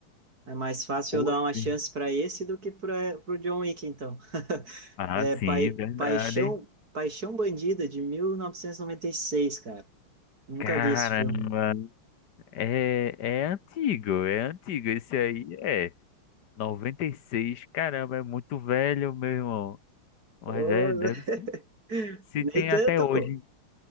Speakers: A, on the right (about 45°); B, on the left (about 55°).
A: É mais fácil
B: oi.
A: eu dar uma chance para esse do que para o John Wick, então. <laughs>
B: Ah,
A: É,
B: sim,
A: Pai-
B: verdade.
A: Paixão, Paixão Bandida, de 1996, cara. Nunca
B: Caramba,
A: vi esse filme.
B: é, é antigo, é antigo. Esse aí é. 96, caramba, é muito velho, meu irmão. Mas
A: Ô,
B: é, deve
A: <laughs>
B: se, se
A: nem
B: tem
A: tanto,
B: até hoje.
A: pô.